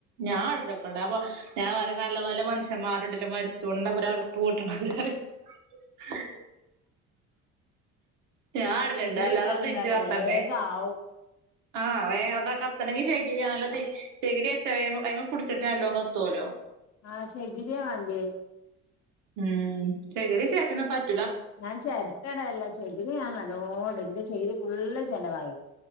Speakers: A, on the right; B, on the left.
A: ഞാൻ ഇടലൊക്കെ ഉണ്ട് അപ്പൊ ഞാൻ പറയാ നല്ല നല്ല മനുഷന്മാരുണ്ടല്ലോ മരിച്ച് പോണത് എന്നിട്ടല്ലേ ഒര് അടുപ്പ് പൊട്ടണത്. ഉ ഞാൻ ഇടലുണ്ട്
B: ചകിരി
A: അല്ലാതെ
B: ഇട്ടാല്
A: ഇത് തീഞ്ച്
B: എന്താ പറയാ
A: കത്തണ്ടേ.
B: വേഗം ആവും
A: ആഹ് വേ അതാ കത്തണെങ്കിൽ ചകിരിയാ നല്ലത് ചകിരി വച്ചാ അതു മേ പിടിച്ചിട്ട് നല്ലോ കത്തുല്ലോ.
B: ആഹ് ചികിരിയാ വേണ്ടേയേ.
A: ഉം ചെകിരിയും, ചിരട്ടയൊന്നും പറ്റു
B: ഞാൻ ചിരട്ടയിടലില്ല ചെകിരി ഞാൻ നല്ലോണം ഇടും എന്റെ ചകിരി ഫുള്ള് ചെലവായി.